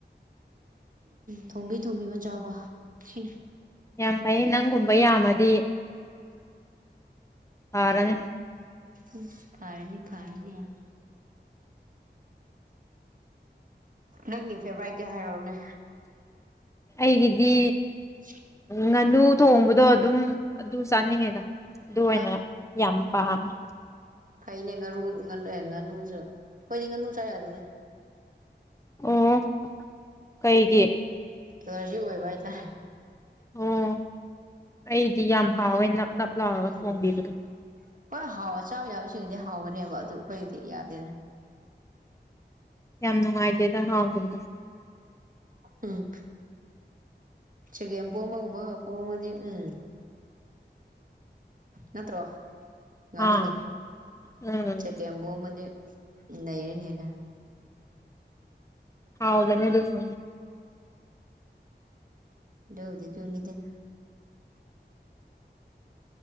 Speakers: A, on the right (about 45°); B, on the left (about 15°).
A: ꯊꯣꯡꯕꯤ ꯊꯣꯡꯕꯤꯕ ꯆꯥꯕ ꯁꯤ
B: ꯌꯥꯝ ꯐꯩꯌꯦ ꯅꯪꯒꯨꯝꯕ ꯌꯥꯝꯃꯗꯤ ꯐꯔꯅꯦ
A: ꯎꯝ ꯐꯥꯔꯅꯤ ꯐꯥꯔꯅꯤ ꯌꯥꯝ ꯅꯪꯒꯤ ꯐꯦꯚꯣꯔꯥꯏꯠꯀꯤ ꯍꯥꯏꯔꯛꯑꯣꯅꯦ
B: ꯑꯩꯒꯤꯗꯤ
A: <inaudible>
B: ꯉꯥꯅꯨ ꯊꯣꯡꯕꯗꯣ ꯑꯗꯨꯝ ꯑꯗꯨ ꯆꯥꯅꯤꯡꯉꯤꯗ ꯑꯗꯨ ꯑꯣꯏꯅ
A: ꯑꯥ
B: ꯌꯥꯝ ꯄꯥꯝꯃꯦ
A: ꯐꯩꯅꯦ ꯉꯥꯔꯨ ꯉꯥꯅꯨ ꯉꯥꯅꯨꯖꯨ ꯈꯣꯏꯗꯤ ꯉꯥꯅꯨ ꯆꯥꯌꯥꯗꯦꯅꯦ
B: ꯑꯣ ꯀꯩꯒꯤ
A: ꯑꯦꯂꯔꯖꯤꯛ ꯑꯣꯏꯕ ꯍꯥꯏꯇꯥꯔꯦ
B: ꯑꯣ ꯑꯩꯗꯤ ꯌꯥꯝ ꯍꯥꯎꯋꯦ ꯅꯞ ꯅꯞ ꯂꯥꯎꯔꯒ
A: ꯎꯝ
B: ꯊꯣꯡꯕꯤꯗꯣ
A: ꯍꯣꯏ ꯍꯥꯎ ꯆ ꯆꯥꯎ ꯌꯥꯕꯁꯤꯡꯗꯨꯗꯤ ꯍꯥꯎꯒꯅꯦꯕ ꯑꯗꯨ ꯑꯩꯈꯣꯏꯒꯤꯗꯤ ꯌꯥꯗꯦꯗ
B: ꯌꯥꯝ ꯅꯨꯡꯉꯥꯏꯇꯦꯗ ꯍꯥꯎꯕꯅꯤꯗꯣ
A: ꯎꯝ ꯆꯒꯦꯝꯄꯣꯝꯕꯒꯨꯝꯕꯒ ꯄꯣꯝꯃꯗꯤ ꯎꯝ ꯅꯇ꯭ꯔꯣ ꯉꯅꯨꯗꯣ
B: ꯑꯥ ꯎꯝ
A: ꯆꯒꯦꯝꯄꯣꯃꯗꯤ ꯅꯩꯔꯅꯤꯅ
B: ꯍꯥꯎꯕꯅꯦ ꯗꯨꯁꯨ
A: ꯗꯨꯕꯨꯗꯤ ꯗꯨꯅꯤꯗꯅ